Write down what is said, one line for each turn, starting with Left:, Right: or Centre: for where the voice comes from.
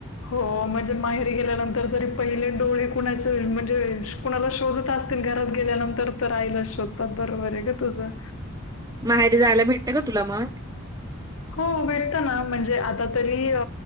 Left: हो म्हणजे माहेरी गेल्यानंतर तरी पहिले डोळे कुणाचे म्हणजे कुणाला शोधत असतील घरात गेल्यानंतर तर आईलाच शोधतात बरोबर आहे ग तुझं?
Right: माहेरी जायला भेटते का तुला मग
Left: हो भेटत ना म्हणजे आता तरी